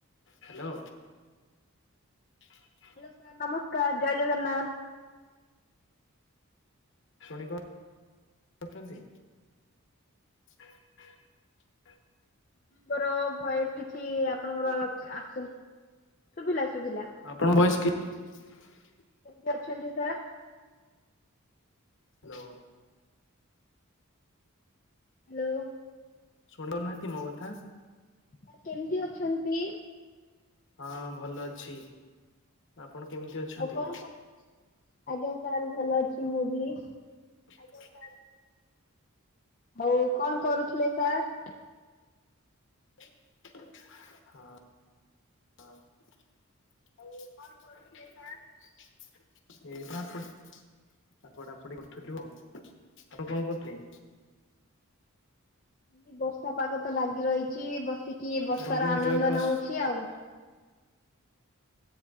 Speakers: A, on the left; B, on the left.
A: ହ୍ୟାଲୋ। ହ
B: ହ୍ୟାଲୋ ସାର୍ ନମସ୍କାର। ଜୟ ଜଗନ୍ନାଥ।
A: ଶୁଣିପାରୁଛନ୍ତି। ହ <unintelligible>
B: ଆପଣଙ୍କର ଭଏସ୍ କିଛି ଆପଣଙ୍କର ଆସୁନି। ଶୁଭିଲା ଶୁଭିଲା।
A: ଆପଣ ଭଏସ୍ କି ହୁଁ।
B: କେମତି ଅଛନ୍ତି ସାର୍?
A: ହ୍ୟାଲୋ।
B: ହ୍ୟାଲୋ।
A: ଶଣ୍ଡ ନାହାନ୍ତି ମୋ କଥା।
B: ସାର୍ କେମିତି ଅଛନ୍ତି?
A: ହଁ ଭଲ ଅଛି। ଆପଣ କେମିତି ଅଛନ୍ତି?
B: ଆଉ କଣ କ ଆଜ୍ଞା ସାର୍ ଭଲ ଅଛି ମୁଁ ବି।
A: ଆଜ୍ଞା ସାର୍।
B: ହଉ କଣ କରୁଥିଲେ ସାର୍?
A: ହଁ, ହଁ। ଏଇ ପଢାପୁଡ ଆ, ପଡା ପଡି କରୁଥିଲୁ ଆଉ, ଆପ କଣ କରୁଥିଲେ?
B: <unintelligible> ବର୍ଷା ପାଗ ତ ଭାଗି ରହିଛି ଏ ବସିକି ବର୍ଷା
A: ଆପଣ ଟିକେ
B: ର
A: ନେଟୱାର୍କ
B: ଆନନ୍ଦ
A: କୁ ଆସ
B: ନଉଛି ଆଉ।